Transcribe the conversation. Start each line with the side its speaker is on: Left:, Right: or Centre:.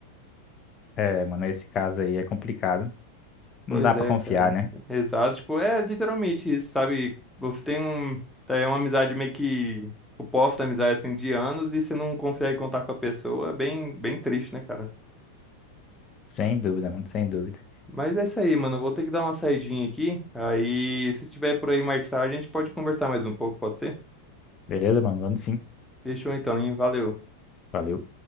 Left: É, mano, esse caso aí é complicado. Não
Centre: Pois
Left: dá pra
Centre: é,
Left: confiar,
Centre: cara.
Left: né?
Centre: Exato. Tipo, é literalmente isso, sabe? Você tem um, tá, é uma amizade meio que o posto da amizade assim de anos e você não consegue contar com a pessoa, é bem, bem triste, né, cara?
Left: Sem dúvida, mano, sem dúvida.
Centre: Mas é isso aí, mano. Eu vou ter que dar uma saidinha aqui. Aí, se tiver por aí mais tarde, a gente pode conversar mais um pouco, pode ser?
Left: Beleza, mano? Vamos sim.
Centre: Fechou então, hein? Valeu.
Left: Valeu.